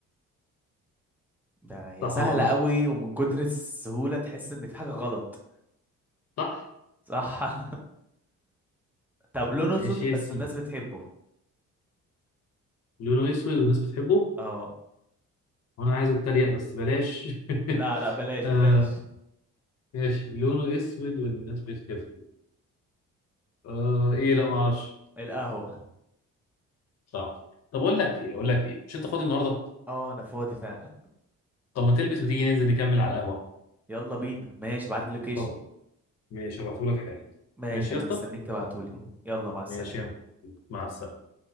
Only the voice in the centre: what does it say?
ده هي
سهله
قوي ومن كتر السهوله تحس ان في حاجه غلط
صح <laughs> طب لونه
اسود
بس
الناس بتحبه
اه
لا لا بلاش
بلاش
القهوة
اه انا فاضي فعلا
يلا بينا ماشي ابعت لي لوكيشن
<laughs> ماشي
انا
مستنيك تبعتولي يلا مع السلامة